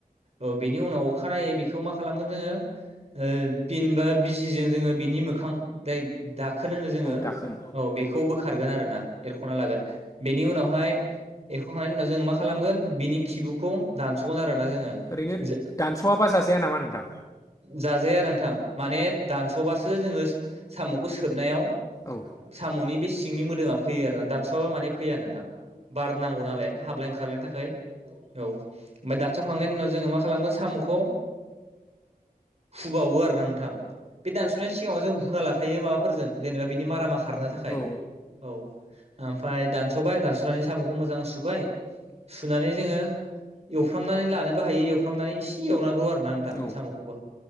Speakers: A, on the right; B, on the left.
A: ओ बेनि उनाव अखानायै बेखौ मा खालामगोन जोङो ओ पिन बा बिजिजों जोङो बेनि मोखां खां दे दाखोन होनो जोङो
B: दाखोन
A: औ बेखौ बोखारगोन आरो ना एरख'ना लागोन बेनि उनावहाय जों मा खालामगोन बिनि खिबुखौ दानस'गोन आरोना जोङो
B: लागोन
A: जो
B: जाजाया नामा नोंथां
A: जाजाया नोंथां माने दानस'बासो जोङो सामखौ सोबनायाव
B: औ
A: साम'नि बे सिंनि मोदोमा फैयो आरोना दानस'वाबा माने फैया नोंथां बार नांगौ ना बे हाबलाय ओंखारलायनि औ आमफाय दानस'खांनायनि उनाव जोङो मा खालामगोन साम'खौ हुबावो आरोना नोंथां बे दानस'नायनि सिगाङाव जों हुना लाखायो माबाफोरजों जेनेबा बिनि मारामा खारनो थाखाय
B: औ
A: औ ओमफ्राय दानसबाय दानसनानै सामखौ मोजां सु सुबाय सुनानै जोंङो एवफ्रामनानै लानोबो हायो एवफ्रामनानै एसे एवनांगौ आरोना नोंथां
B: औ
A: सामखौबो